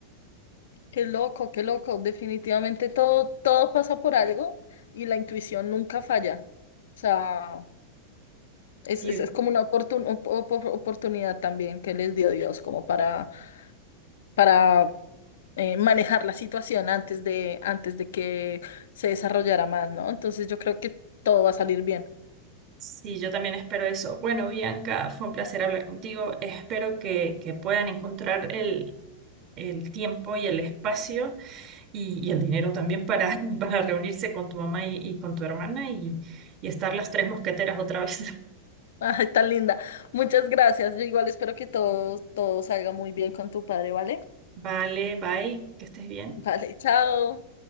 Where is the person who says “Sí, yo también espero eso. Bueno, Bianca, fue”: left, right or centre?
Right